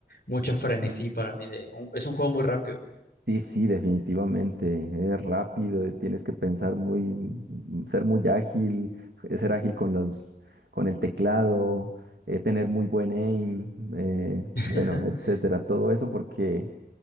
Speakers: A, on the left; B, on the right.
A: mucho frenesí para mí de, un- es un juego muy rápido.
B: sí, sí, definitivamente. Es rápido, eh, tienes que pensar muy, mm, ser muy ágil, eh, ser ágil con los, con el teclado, eh, tener muy buen aim, eh,
A: <laughs>
B: bueno, etcétera. Todo eso porque